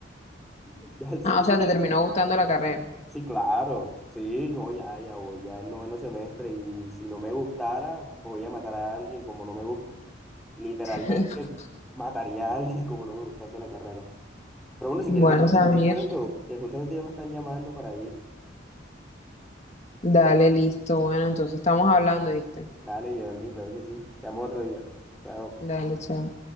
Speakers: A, in the centre; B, on the left.
A: <laughs> Ya si
B: Ah,
A: quieres
B: o sea, te terminó gustando la carrera.
A: Sí, claro, sí, no, ya, ya voy, ya el noveno semestre y si no me gustara, voy a matar a alguien como no me guste. Literalmente
B: <laughs>
A: mataría a alguien como no me gustase la carrera. Pero bueno, si
B: Bueno,
A: quieres otro
B: Samir,
A: día te cuento, que justamente ya me están llamando para ir.
B: dale, listo. Bueno, entonces estamos hablando, ¿viste?
A: Dale, Geraldine, claro que sí. Te llamo otro día. Chao.
B: Dale, chao.